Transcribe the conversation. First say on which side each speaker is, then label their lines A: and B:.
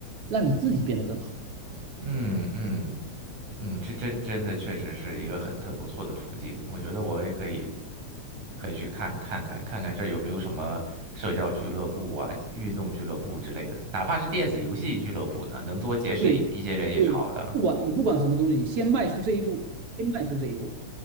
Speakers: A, on the right; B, on the right.
A: 让你自己变得更好。
B: 嗯嗯嗯，这真真的确实是一个很很不错的途径。我觉得我也可以可以去看看看看看这儿有没有什么社交俱乐部啊、运动俱乐部之类的，哪怕是电子游戏俱乐部呢，能多结识一一些人也是好的。
A: 对对，不管你不管什么东西，先迈出这一步，先迈出这一步。